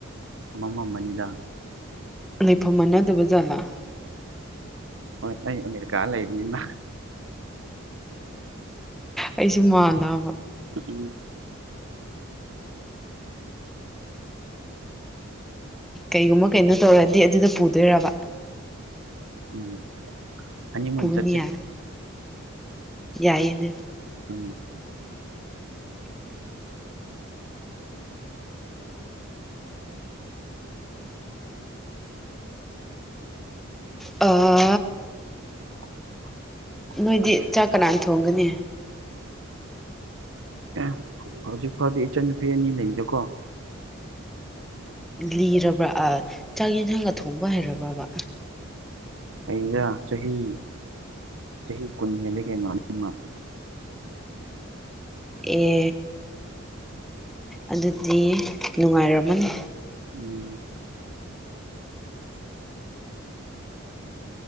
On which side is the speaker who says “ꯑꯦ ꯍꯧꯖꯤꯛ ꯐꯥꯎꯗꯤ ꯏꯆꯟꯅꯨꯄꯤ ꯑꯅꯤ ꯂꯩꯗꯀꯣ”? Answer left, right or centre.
Right